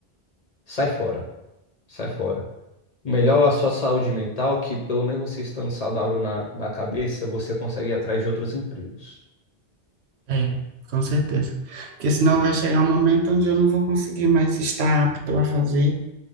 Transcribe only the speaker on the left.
sai fora, sai fora. Melhor a sua saúde mental, que pelo menos você estando saudável na, na cabeça, você consegue ir atrás de outros empregos.